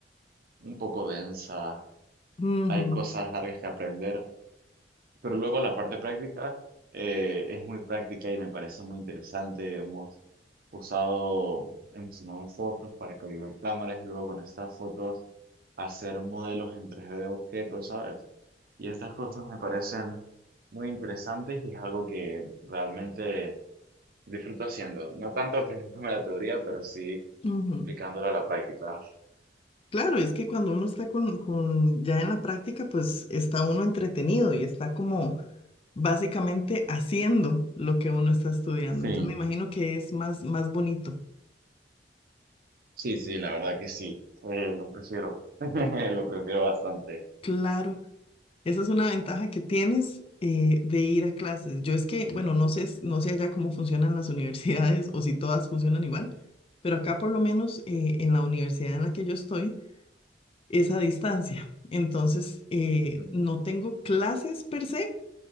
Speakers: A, on the right; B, on the left.
A: un poco densa,
B: Ujú,
A: hay cosas largas que aprender, pero luego la parte práctica eh, es muy práctica y me parece muy interesante. Hemos usado, hemos tomado fotos para calibrar cámaras y luego con estas fotos hacer modelos en 3D de objetos, ¿sabes? Y estas cosas me parecen muy interesantes y es algo que realmente disfruto haciendo. No tanto aprendiéndome la teoría, pero sí
B: ujú.
A: aplicándolo a la práctica.
B: Claro, es que cuando uno está con, con, ya en la práctica, pues está uno entretenido y está como básicamente haciendo lo que uno está estudiando.
A: Sí,
B: Entonces me imagino que es más, más bonito.
A: sí, sí, la verdad que sí. Eh, lo prefiero. <laughs> Lo prefiero bastante.
B: Claro. Esa es una ventaja que tienes eh, de ir a clases. Yo es que, bueno, no sé, no sé allá cómo funcionan las <laughs> universidades o si todas funcionan igual, pero acá por lo menos eh, en la universidad en la que yo estoy es a distancia. Entonces, eh,
A: Ujú,
B: no tengo clases per se,